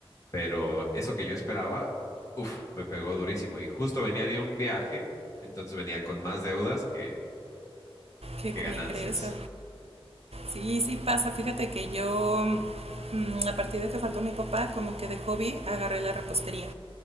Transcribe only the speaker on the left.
pero eso que yo esperaba, uff, me pegó durísimo y justo venía de un viaje, entonces venía con más deudas que,
que
ganancias.